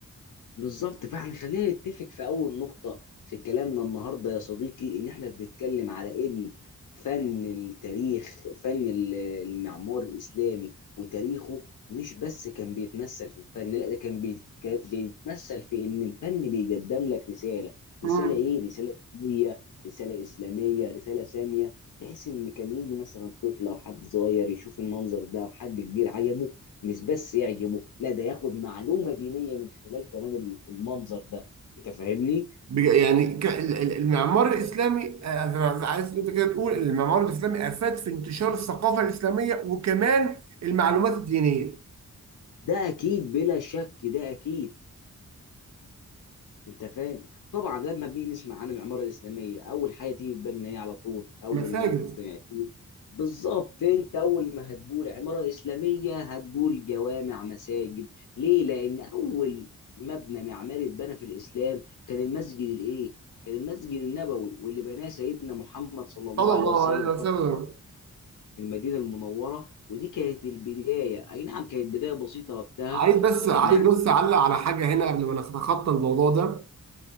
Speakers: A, on the left; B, on the right.
A: بالظبط فاحنا خلينا نتفق في اول نقطة في كلامنا النهاردة يا صديقي ان احنا بنتكلم على ان فن التاريخ فن ال- المعمار الاسلامي وتاريخه مش بس كان بيتمثل في الفن لا ده كان بيت- كان بيتمثل في ان الفن بيقدم لك رسالة
B: مم.
A: رسالة ايه؟ رسالة دينية رسالة اسلامية رسالة سامية بحيث ان كان يجي مثلا طفل او حد صغير يشوف المنظر ده او حد كبير عجبه مش بس يعجبه لا ده ياخد معلومة دينية من خلال كمان ال- المنظر ده انت فاهمني
B: بج- يعني ك- ال- ال- المعمار الاسلامي آه، أنا عايز انت كده تقول إن المعمار الاسلامي افاد في انتشار الثقافه الاسلاميه وكمان المعلومات الدينيه
A: ده اكيد بلا شك ده اكيد انت فاهم طبعا لما بنيجي نسمع عن العمارة الإسلامية اول حاجة تيجي في بالنا هي على طول اول
B: مساجد
A: ما ت- بالظبط انت اول ما هتقول عمارة إسلامية هتقول جوامع مساجد ليه لان اول مبنى معماري اتبنى في الإسلام كان المسجد الايه كان المسجد النبوي واللي بناه سيدنا محمد صلى الله
B: صلى
A: عليه
B: الله
A: وسلم
B: عليه وسلم
A: المدينه المنوره ودي كانت البدايه اي نعم كانت بدايه بسيطه وقتها
B: عايز بس عايز
A: كان يعني
B: بس اعلق على حاجه هنا قبل ما نتخطى الموضوع ده